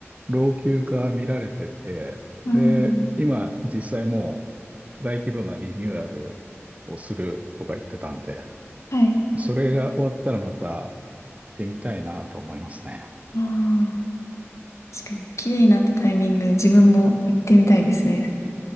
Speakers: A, on the right; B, on the left.
A: 老朽化見られてて、
B: あー
A: で、今実際もう大規模なリニューアルをするとか言ってたんで、
B: はい。
A: それが終わったらまた行ってみたいなと思いますね。
B: ああ、確かに、綺麗になったタイミングで自分も行ってみたいですね。